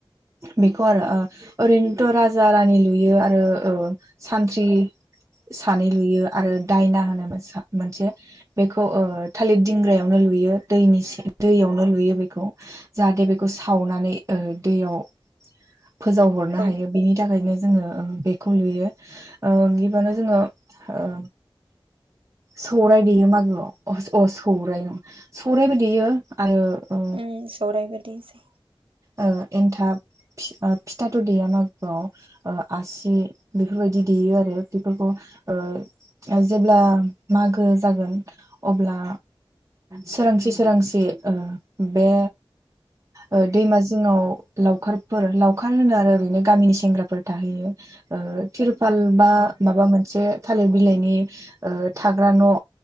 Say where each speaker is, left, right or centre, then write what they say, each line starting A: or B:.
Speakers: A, on the right; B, on the right.
A: बेखौ आरो ओ ओरैनोथ' राजा रानि लुयो आरो ओ सानथ्रि सानै लुयो आरो दायना होनो मोनबा मोनसे बेखौ ओ थालिर दिंग्रायावनो लुयो दैनि सि दैयावनो लुयो बेखौ। जाहाथे बेखौ सावनानै ओ दैयाव फोजावहरनो
B: औ
A: हायो। बिनि थाखायनो जोङो ओ बेखौ लुयो। ओ गिबानो जोङो ओ सौराय देयो मागोआव अ अ सौराय नङा सौरायबो देयो। आरो ओ
B: उम सौराय बायदिसो
A: ओ एन्थाब फि फिथाथ' देया मागोआव। ओ आसि बेफोरबायदि देयो आरो बेफोरखौ ओ जेब्ला मागो जागोन अब्ला सोरांसि सोरांसि ओ बे ओ दैमा जिङाव लावखारफोर लाव खार होनो आरो ओरैनो गामिनि सेंग्राफोर थाहैयो। ओ तिरपाल बा माबा मोनसे थालिर बिलाइनि ओ थाग्रा न'